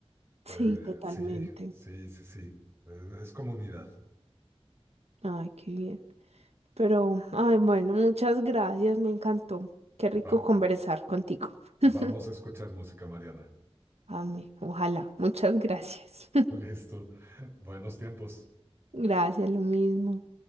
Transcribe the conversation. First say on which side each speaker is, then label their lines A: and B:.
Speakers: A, on the right; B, on the right.
A: Sí,
B: Eh,
A: totalmente.
B: sí, sí, sí, sí, es, es comunidad.
A: Ay, qué bien. Pero, ay, bueno, muchas gracias, me encantó. Qué rico
B: Vam-
A: conversar contigo. <laughs>
B: vamos a escuchar música, Mariana.
A: Amén, ojalá. Muchas gracias.
B: <laughs>
A: <laughs>
B: Listo, buenos tiempos.
A: Gracias, lo mismo.